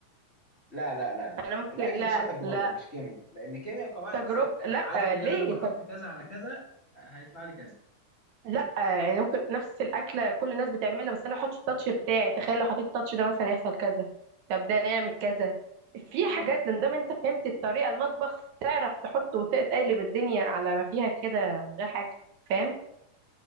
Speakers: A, on the left (about 25°); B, on the right (about 75°).
A: لا لا لا لا
B: انا ممكن
A: الاكل
B: لا
A: كده تجربه
B: لا
A: مش كيمياء لان كيمياء قواعد
B: تجربة
A: ثابته
B: لا
A: عارف ان
B: ليه
A: انا لما احط
B: تج...
A: كذا على كذا هيطلع لي كذا
B: لا يعني ممكن نفس الأكلة كل الناس بتعملها بس أنا أحط التاتش بتاعي تخيل لو حطيت التاتش ده مثلا يحصل كذا طب ده نعمل كذا في
A: اه
B: حاجات
A: ده
B: لان دام أنت فهمت الطريقة المطبخ تعرف تحط وتقلب الدنيا على ما فيها كده من غير حاجة فاهم